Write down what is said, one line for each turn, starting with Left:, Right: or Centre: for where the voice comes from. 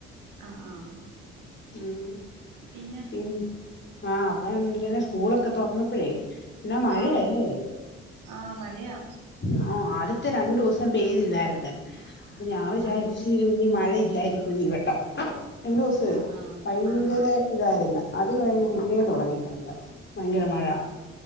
Right: ആഹ് ആഹ്
Left: ഉം
Right: പിന്ന
Left: ഉം ആ അപ്പങ്ങ് ഇങ്ങനെ സ്കൂളൊക്കെ തൊറന്നപ്പഴേ എന്നാ മഴയാല്ലേ
Right: ആ ആ മഴയാ
Left: ആ അദ്യത്തെ രണ്ടുസം പെയ്തില്ലാര്ന്ന് അപ്പ ഞാൻ വിചാരിച്ച്
Right: അതെ
Left: ഇനി മഴ ഇല്ലാരിക്കുന്ന് ഈവട്ടം രണ്ടുസേ
Right: ആ ആ
Left: ഭയങ്കര
Right: ആ
Left: ഇതാര്ന്ന് അത് കഴിഞ്ഞ് പിന്നേം തൊടങ്ങിട്ടൊണ്ട് ഭയങ്കര
Right: ആ
Left: മഴ
Right: ആ